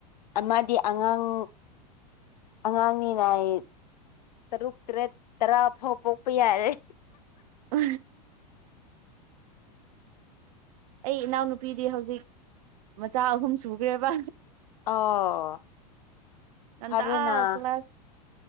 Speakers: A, on the left (about 75°); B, on the right (about 60°).
A: ꯑꯃꯗꯤ ꯑꯉꯥꯡ ꯑꯉꯥꯡꯅꯤꯅ ꯑꯩ ꯇꯔꯨꯛ ꯇꯔꯦꯠ ꯇꯔꯥ ꯐꯥꯎꯕ ꯄꯣꯛꯄ ꯌꯥꯔꯦ
B: ꯎ ꯑꯩ ꯏꯅꯥꯎꯅꯨꯄꯤꯗꯤ ꯍꯧꯖꯤꯛ ꯃꯆꯥ ꯑꯍꯨꯝ ꯁꯨꯈ꯭ꯔꯦꯕ
A: ꯑꯣ
B: ꯅ
A: ꯐꯔꯦꯅ
B: ꯀ ꯀ꯭ꯂ꯭ꯂꯥꯁ ꯀ